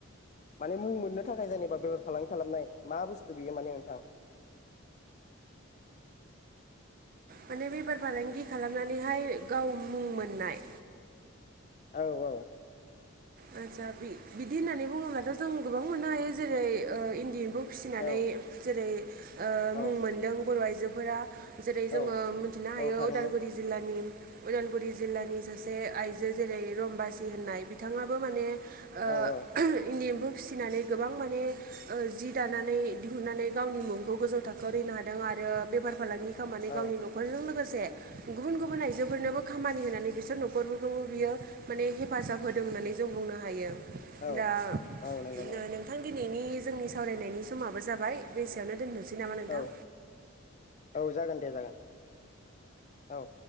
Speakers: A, on the left; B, on the right.
A: माने मुं मोननो थाखाय जेनेबा बेफार फालांगि खालामनाय मा बुस्थु बेयो माने नोंथां।
B: माने बेफार फालांगि खालामनानैहाय गाव मुं मोननाय।
A: औ औ
B: आतसा बि बिदि होननानै बुङोब्लाथ' जों गोबां मोननो हायो जेरै ओ इण्डि एमफौ फिसिनानै
A: औ
B: जेरै ओ
A: औ
B: मुं मोनदों बर' आइजोफोरा जेरै जोङो
A: औ
B: मोनथिनो हायो
A: औ थारैनो
B: उदालगुरि जिल्लानि उदालगुरि जिल्लानि सासे आइजो जेरै रम्बासि होननाय बिथाङा बो माने ओ
A: औ औ
B: इन्डि एमफौ फिसिनानै गोबां माने ओ जि दानानै दिहुननानै गावनि मुंखौ गोजौ थाखोआव <unintelligible> दों आरो बेफार फालांगि खामनानै गावनि
A: औ
B: न'खरजों लोगोसे गुबुन गुबुन आइजोफोरनोबो खामानि होनानै बिसोर न'खरफोरखौबो बियो माने हेफाजाब होदों होननानै जों बुंनो हायो
A: औ
B: दा
A: औ नंगौ
B: नो
A: नंगौ
B: नों थां दिनैनि जोंनि सावरायनायनि समाबो जाबाय बेसेयावनो दोननोसै नामा नोंथां।
A: औ औ जागोन दे जागोन औ।